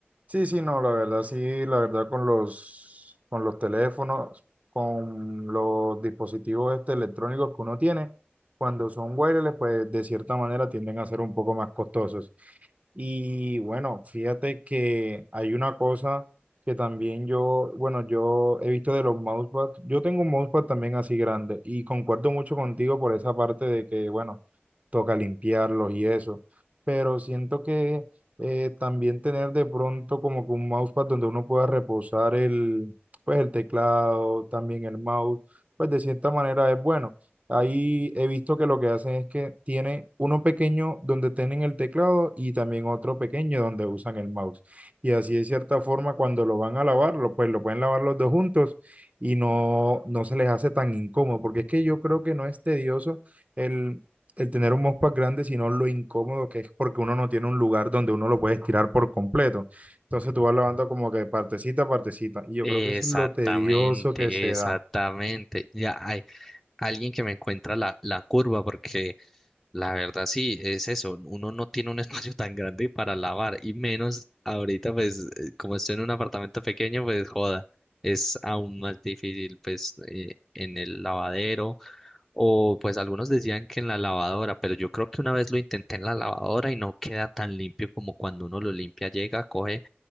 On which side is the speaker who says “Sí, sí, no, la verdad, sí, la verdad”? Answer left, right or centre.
Right